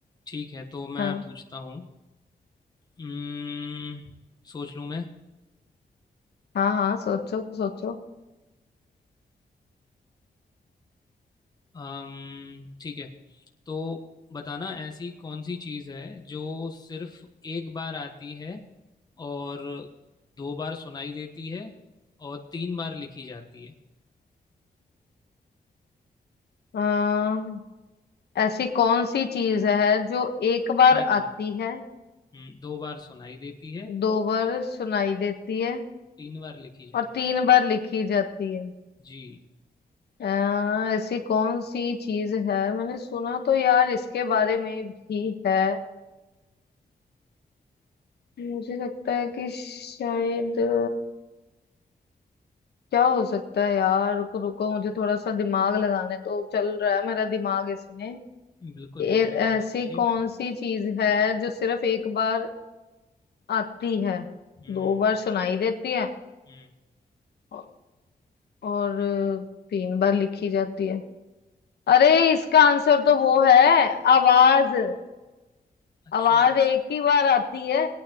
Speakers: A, on the left (about 25°); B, on the left (about 75°).
A: ठीक है तो मैं
B: हाँ
A: पूछता हूँ हम्म सोच लूँ मैं
B: हाँ हाँ सोचो सोचो
A: अम्म ठीक है तो बताना ऐसी कौन सी चीज है जो सिर्फ एक बार आती है और दो बार सुनाई देती है और तीन बार लिखी जाती है
B: अम्म, ऐसी कौन सी चीज है जो एक बार
A: एक
B: आती
A: बार
B: है
A: हम्म दो बार सुनाई देती है
B: दो बार सुनाई देती है
A: तीन बार लिखी जाती
B: और तीन
A: है
B: बार लिखी जाती है
A: जी
B: अम्म, ऐसी कौन सी चीज है मैंने सुना तो यार इसके बारे में भी है मुझे लगता है कि शायद अ, क्या हो सकता है यार रुको रुको मुझे थोड़ा सा दिमाग लगाने तो चल रहा है मेरा दिमाग इसमें
A: बिल्कुल
B: ए,
A: बिल्कुल
B: ऐसी
A: आप सोचिए
B: कौन सी चीज है जो सिर्फ एक बार आती है
A: हम्म
B: दो बार सुनाई देती है
A: हम्म
B: औ- और अ, तीन बार लिखी जाती है अरे इसका आंसर तो वो है आवाज
A: अच्छा
B: आवाज एक ही बार आती है